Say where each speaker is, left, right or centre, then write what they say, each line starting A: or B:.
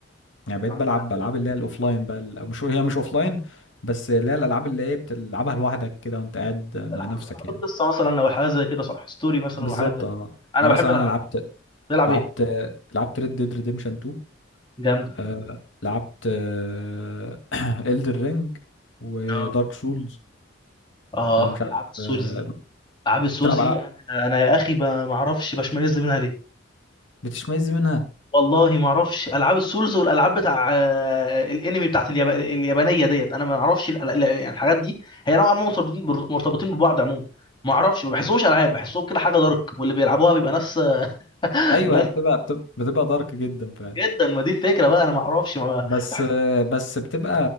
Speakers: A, on the left; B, on the left.
A: يعني بقيت
B: العاب
A: بلعب
B: بقى-
A: العاب اللي هي الاوفلاين بقى ال- مش هي مش اوفلاين بس اللي هي الالعاب اللي هي بتلعبها لوحدك كده وانت قاعد مع
B: العاب
A: نفسك
B: العاب
A: يعني
B: القصه مثلا او حاجات زي كده صح ستوري مثلا
A: بالظبط
B: وحاجات زي
A: اه
B: كده انا
A: يعني
B: بحب
A: مثلا
B: الالعاب
A: انا لعبت
B: دي تلعب
A: لعبت
B: ايه
A: لعبت ريد ديد ريديمشن 2
B: جامده
A: آه لعبت آه <clears throat> Elden رينج ودارك
B: اه
A: سولز
B: اه
A: آه مش عارف
B: العاب السولز
A: آه
B: دي العاب السولز
A: بتلعب العاب
B: دي انا انا يا اخي ب- ما اعرفش بشمئز منها ليه
A: بتشمئز منها
B: والله ما اعرفش العاب السولز والالعاب بتاع آه، الانمي بتاعت الياب... اليابانيه ديت انا ما اعرفش ال- ال- يعني الحاجات دي هي نوعا ما مرتبطين بر- مرتبطين ببعض عموما ما اعرفش ما بحسهمش العاب بحسهم كده حاجه دارك واللي بيلعبوها بيبقى ناس <laughs>
A: ايوه
B: ناس
A: هي بتبقى بتبقى, بتبقى دارك جدا فعلا
B: جدا ما دي الفكره بقى انا ما اعرفش ما
A: بس
B: بحس
A: آه بس بتبقى